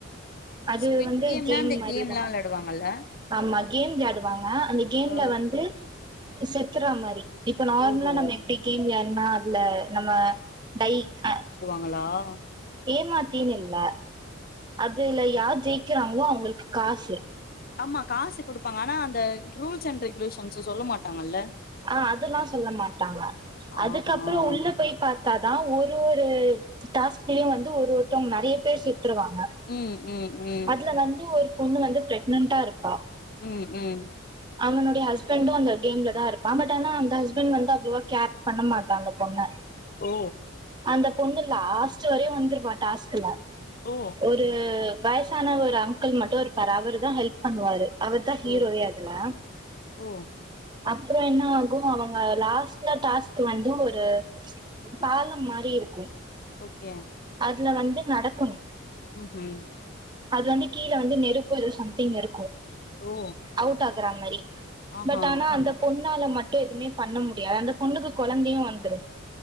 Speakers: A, on the right (about 20°); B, on the left (about 45°).
A: அது
B: ஸ்குவிட்
A: வந்து
B: கேம்னா
A: கேம்
B: அந்த
A: மாரிதா
B: கேம்லா வெளாடுவாங்கல்ல
A: ஆமா கேம் விளையாடுவாங்க அந்த கேம்ல
B: ஆ
A: வந்து செத்துர்றா மாரி இப்ப நார்மலா
B: ஓஹோ
A: நம்ம எப்டி கேம் விளையாடு ன்னா அதுல நம்ம டை அ
B: களா
A: ஏமாத்தினு இல்ல அதுல யார் ஜெயிக்கிறாங்களோ அவங்களுக்கு காசு
B: ஆமா காசு குடுப்பாங்க ஆனா அந்த ரூல்ஸ் அண்ட் ரெகுலேஷன்ஸ சொல்ல மாட்டாங்கல்ல
A: ஆ அதல்லா சொல்ல மாட்டாங்க அதுக்கப்புறோ
B: ஆஹா
A: உள்ள போய் பா த்தாதா ஒரு ஒரு டாஸ்க்லயு வந்து ஒரு ஒருத்தவங்க நெறைய பேர் செ த்துருவாங்க
B: ம் ம் ம்
A: அதுல வந்து ஒரு பொண்ணு வந்து பிரக்னன்டா இருப்பா
B: ம் ம்
A: அவளுடைய ஹஸ்பண்டு அந்த கேம்லதா இரு ப்பா அந்த டைம்ல அந்த ஹஸ்பண்ட் வந்து அவ்ளவா கேர் பண்ண மாட்டா அந்த பொண்ண
B: ஓ
A: அந்த பொண்ணு லாஸ்ட் வரையு வந்திருப்பா டாஸ்க்ல
B: ஓ
A: ஒரு வயசான ஒரு அங்கிள் மட்டு இருப்பாரு அவுருதா ஹெல்ப் பண்ணுவாரு அவுருதா ஹீரோவே
B: ஓ
A: அதுல
B: ஓ
A: அ ப்றோ என்ன ஆகு அவங்க லாஸ்ட்ல டாஸ்க் வந்து ஒரு பாலம் மாரி இரு
B: ஓகே
A: துல வந்து நடக்கணு
B: ம் ஹும்
A: அது வந்து கீழ வந்து நெருப்பு எதோ சம்திங் இருக்கு
B: ஓ
A: அவுட் ஆகுற மாரி
B: ஆஹா
A: பட் ஆனா அந்த பொண்ணால மட்டு எதுமே பண்ண முடியாது அந்த பொண்ணுக்கு கொழந்தையு வந்துரு